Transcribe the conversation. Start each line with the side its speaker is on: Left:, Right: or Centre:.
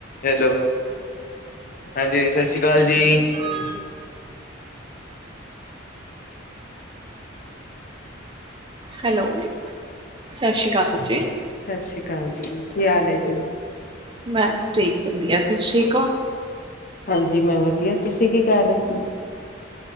Left: Hello ਹਾਂਜੀ ਸਤਿ ਸ਼੍ਰੀ ਅਕਾਲ ਜੀ
Right: ਹੈਲੋ ਹੈਲੋ ਸਤਿ ਸ਼੍ਰੀ ਅਕਾਲ ਜੀ
Left: ਸਤਿ ਸ੍ਰੀ ਅਕਾਲ ਜੀ ਕੀ ਹਾਲ ਹੈ ਜੀ
Right: ਬਸ ਠੀਕ ਬਣਦੀ ਆ ਤੁਸੀਂ ਠੀਕ ਹੋ
Left: ਹਾਂਜੀ ਮੈਂ ਵਧੀਆ ਤੁਸੀਂ ਕੀ ਕਰ ਰਹੇ ਸੀ